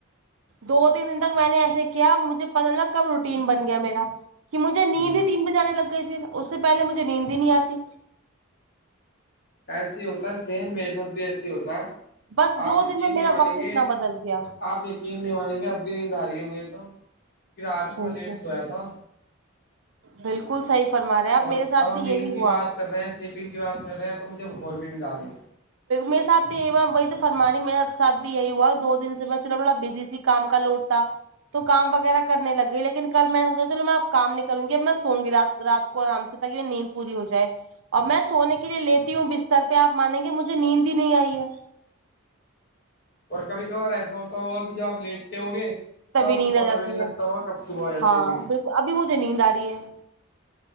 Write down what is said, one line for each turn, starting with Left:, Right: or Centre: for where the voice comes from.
Right: دو تین دن تک میں نے ایسے کیا مجھے پت نگ کب روٹین بن گیا میرا کہ مجھے نیند
Left: ہوں
Right: ہی تین بجےانے لگ گئی پھر اس سے پہلے مجھے نیند ہی نہیں آتی
Left: ایسے ہی ہوتا ہے سیم میرے ساتھ بھی ایسے ہی ہوتا
Right: بس دو
Left: آپ یقین
Right: دن میں
Left: نہیں
Right: میرا
Left: مانیں
Right: وقت
Left: گے
Right: اتنا بدل گیا
Left: آپ یقین کیین نہیں مانیں گے اب بھی نیند آ رہی ہے مجھے تو کیونکہ رات کو
Right: بالکل
Left: میں لیٹ سویا تھا
Right: بالکل صحیح فرما رہے اب
Left: اور
Right: میرے ساتھ
Left: ہم
Right: بھی
Left: نیند
Right: یہی ہوا
Left: کی بات کر رہے ہیں سلیپنگ کی بات کر رہے ہیں تو مجھے ب اورور بھی نلد آ رہی ہے
Right: میرے ساتھ یہیا وہی تو فرما رہ میرے سھ یہی ہوا دو دن سے میں چلو تھوڑا بزی س کام کا لوٹ تھا تو کام وغیرہ کرنے لگے لیکن کل میں سوچا چلو میں اب کام نہیں کروں گی اب میں سوں گی رات رات آرام سے تاک کہ نیند پوری ہو جائے اور میں سونے کے لیے لیتی ہوں بستر پہ آ مانیں گے مجھے مجھ نیند ہی نہیں آئی ہے
Left: اور کبھی کبھار ایسا ہوتا ہوگا کہ جب آپ لیٹتے ہو گے
Right: تبھی
Left: تو آپ
Right: نیند
Left: کو پتہ
Right: آ جاتی
Left: بھی نہیں لگتا
Right: ہے
Left: ہوگا کب صبح ہو جاتی
Right: ہاں
Left: ہوگی
Right: بالکل ابھی مجھے نیند آ رہی ہے